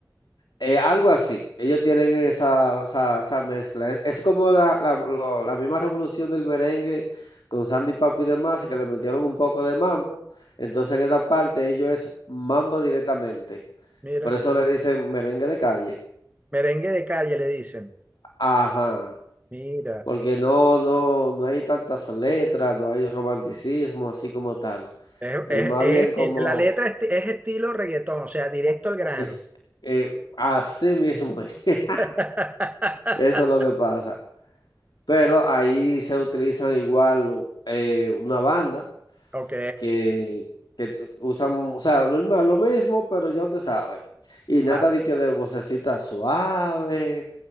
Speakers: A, on the left (about 75°); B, on the right (about 20°).
A: Eh, algo así. Ellos tienen esa, esa, esa mezcla. Es, es como la, la, lo- la misma revolución del merengue con Sandy Papo y demás, que le metieron un poco de mambo. Entonces en esta parte ellos es mambo directamente.
B: mira,
A: Por eso le dicen merengue de calle.
B: merengue de calle le dicen,
A: Ajá.
B: mira.
A: Porque no, no, no hay tantas letras, no hay romanticismo así como tal.
B: Es-
A: Es
B: es-
A: más
B: es-
A: bien como
B: el- la letra es, es estilo reggaetón, o sea, directo al grano.
A: es eh, así mismo. es. <laughs>
B: <laughs>
A: Eso es lo que pasa. Pero ahí se utilizan igual eh, una banda
B: Ok,
A: que, que t- usan, o sea, normal, lo mismo, pero ya usted sabe. Y nada
B: claro.
A: de que de vocecita suave,